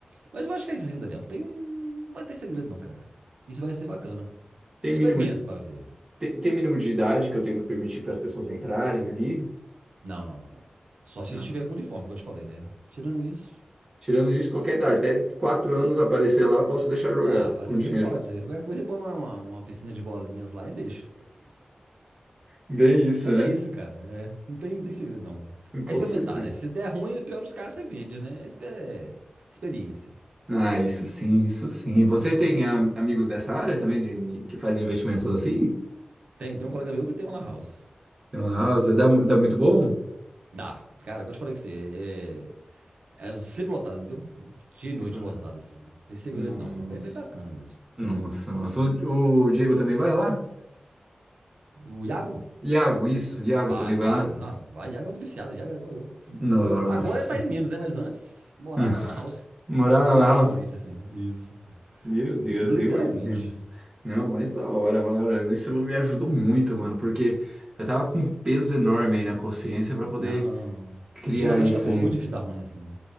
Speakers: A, on the right (about 80°); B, on the right (about 30°).
A: Mas eu acho que é isso assim, Daniel. Não tem... não vai ter segredo, não, cara. Isso vai ser bacana.
B: Tem
A: Experimenta
B: mínimo,
A: pra ver.
B: tem, tem mínimo de idade que eu tenho que permitir para as pessoas entrarem ali?
A: Não, não, não, não. Só se
B: Não.
A: estiver com uniforme, como eu te falei, né? Tirando isso.
B: Tirando isso, qualquer idade, até quatro anos aparecer lá, posso deixar jogar
A: Ah, parecer
B: com dinheiro.
A: pode. né? Qualquer coisa, você põe uma, uma, uma piscina de bolinhas lá e deixa.
B: Bem isso,
A: Mas
B: né?
A: é isso, cara. É, não tem, não tem segredo, não.
B: Com
A: É experimentar,
B: certeza.
A: né? Se der ruim, no pior dos casos, você vende, né? É expe- é experiência.
B: Ah, isso sim, isso sim. Você tem a- amigos dessa área também de- que fazem investimentos assim?
A: Tem, tem um colega meu que tem uma lan house.
B: Nossa, dá, mu- dá muito bom?
A: Dá. Cara, como eu te falei que você... É, é sempre lotada, entendeu? Dia e noite
B: Tem plata-
A: lotada, assim. Não tem segredo,
B: Nossa,
A: não. É bem, bem bacana mesmo.
B: nossa, nossa. O, o Diego também vai lá?
A: O Iago?
B: Iago, isso, o Iago
A: Vai,
B: também vai
A: vai.
B: lá?
A: Não, vai. Iago é outro viciado. Iago é igual eu.
B: Nossa.
A: Agora ele tá em menos né? Mas antes morava
B: <laughs>
A: na Lan House.
B: Morar
A: <laughs>
B: na
A: Literalmente,
B: house.
A: assim. Isso.
B: Meu Deus,
A: Literalmente.
B: eu imagino. Não, mas da hora, mano. Isso me ajudou muito, mano, porque eu tava com um peso enorme aí na consciência pra poder
A: Não, não, não, não.
B: criar
A: Geralmente
B: isso
A: dá bom.
B: aí.
A: É muito difícil dar ruim, assim.